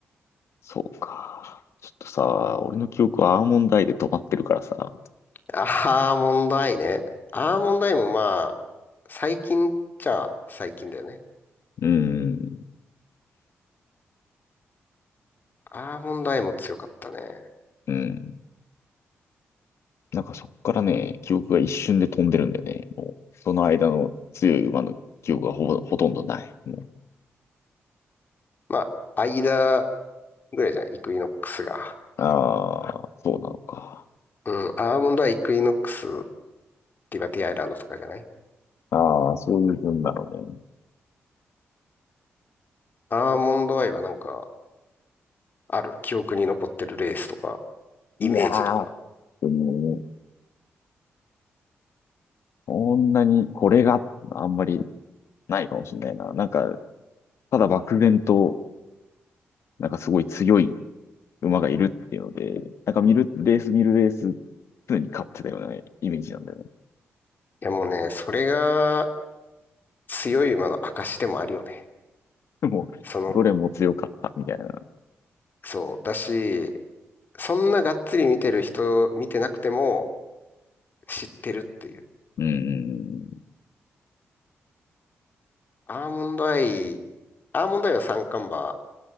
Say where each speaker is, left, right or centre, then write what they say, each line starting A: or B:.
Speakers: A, on the left; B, on the left.
A: そうか。ちょっとさ、俺の記憶はアーモンドアイで止まってるからさ。
B: アーモンドアイね。アーモンドアイもまあ、最近っちゃ最近だよね。
A: うん、
B: アーモンドアイも強かったね。
A: うん。なんかそっからね、記憶が一瞬で飛んでるんでね、もう、その間の強い馬の記憶がほぼ、ほとんどない。もう、
B: まあ、間ぐらいじゃん、イクイノックスが。
A: ああ、そうなのか。
B: うん、アーモンドアイ、イクイノックス、リバティアイランドとかじゃない
A: ああ、そういう分なのね。
B: アーモンドアイはなんか、ある記憶に残ってるレースとか、イメージとか。
A: いやー、でも、そんなにこれがあんまりないかもしれないな。なんか、ただ漠然と、なんかすごい強い馬がいるっていうので、なんか見る、レース見るレース、常に勝ってたようなイメージなんだよね。
B: いやもうね、それが強い馬の証でもあるよね。
A: でも、
B: その、
A: どれも強かったみたいな。
B: そう。だし、そんながっつり見てる人、見てなくても知ってるっていう。
A: うん、う
B: アーモンドアイ、アーモンドアイは三冠馬